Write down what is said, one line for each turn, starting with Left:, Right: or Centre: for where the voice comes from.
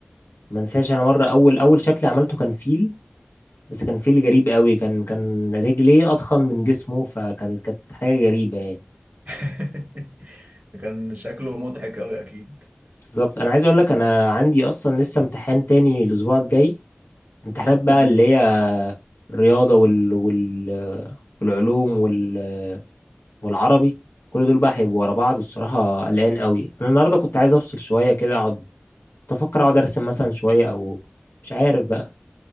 Left: ما انساش انا مره اول اول شكل عملته كان فيل بس كان فيل غريب قوي كان كان رجليه اضخم من جسمه فكان كانت حاجه غريبه يعني
Right: <laughs> ده كان شكله مضحك قوي اكيد
Left: بالظبط انا عايز اقول لك انا عندي اصلا لسه امتحان تاني الاسبوع الجاي امتحانات بقى
Right: امم
Left: اللي هي الرياضه وال... وال... والعلوم وال... والعربي كل دول بقى هيبقوا ورا بعض الصراحه قلقان قوي انا النهارده كنت عايز افصل شويه كده اقعد كنت افكر اقعد ارسم مثلا شويه او مش عارف بقى